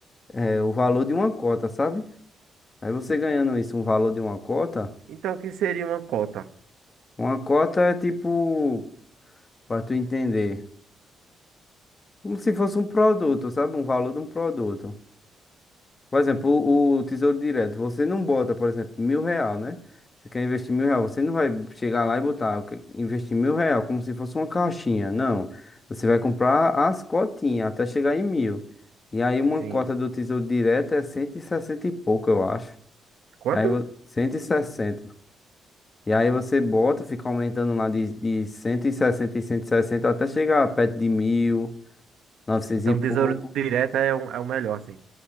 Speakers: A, on the left (about 30°); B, on the right (about 75°).
A: é, o valor de uma cota, sabe? Aí você ganhando isso, um valor de uma cota,
B: Então, o que seria uma cota?
A: uma cota é tipo, pra tu entender, como se fosse um produto, sabe? Um valor de um produto. Por exemplo, o, o Tesouro Direto, você não bota, por exemplo, mil real, né? Você quer investir mil real, você não vai chegar lá e botar, "Eu que- investir mil real como se fosse uma caixinha, não. Você vai comprar as cotinhas até chegar em mil. E aí uma
B: Sim.
A: cota do Tesouro Direto é cento e sessenta e pouco, eu acho.
B: Quanto?
A: E aí, vo- 160. E sessenta. E aí você bota, fica aumentando lá de, de 160 e sessenta e cento e sessenta até chegar perto de mil, 900
B: Então,
A: e pouco.
B: um Tesouro Direto é, o- é o melhor, assim.